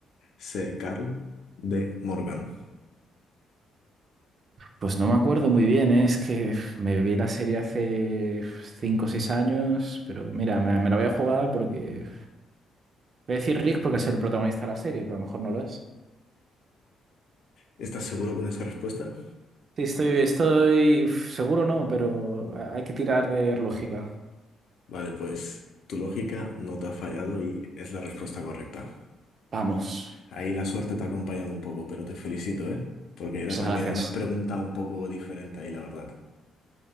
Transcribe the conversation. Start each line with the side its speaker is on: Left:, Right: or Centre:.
Left: C. Carl, D. Morgan.
Right: Pues no me acuerdo muy bien, ¿eh? Es que uf, me vi la serie hace 5 o 6 años, pero mira, me, me la voy a jugar porque... uf, Voy a decir Rick porque es el protagonista de la serie, pero a lo mejor no lo es.
Left: ¿Estás seguro con esa respuesta?
Right: Sí, estoy, estoy uf, seguro no, pero ha- hay que tirar de lógica.
Left: Vale, pues tu lógica no te ha fallado y es la respuesta correcta.
Right: Vamos.
Left: Ahí la suerte te ha acompañado un poco, pero te felicito, ¿eh? Porque era
Right: Muchas
Left: también
Right: gracias.
Left: una pregunta un poco diferente ahí, la verdad.